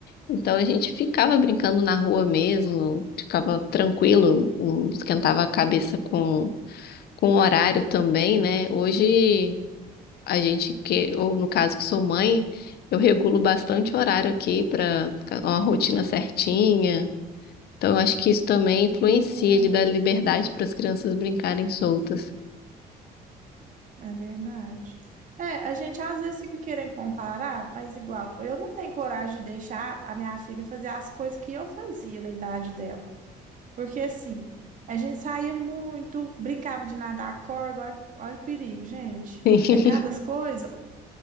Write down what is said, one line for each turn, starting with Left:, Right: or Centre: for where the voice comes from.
Left: Então a gente ficava brincando na rua mesmo, ficava tranquilo, não esquentava a cabeça com, com o horário também, né? Hoje a gente que, ou no caso que sou mãe, eu regulo bastante o horário aqui para uma rotina certinha. Então eu acho que isso também influencia
Right: É, Eu também.
Left: de dar liberdade para as crianças brincarem soltas.
Right: É verdade. É, a gente às vezes fica querendo comparar, mas igual, eu não tenho coragem de deixar a minha filha fazer as coisas que eu fazia na idade dela. Porque assim, a gente saía muito, brincava de nadar a corda, olha, olha o perigo, gente.
Left: Sim,
Right: É
Left: <laughs>
Right: cada coisa.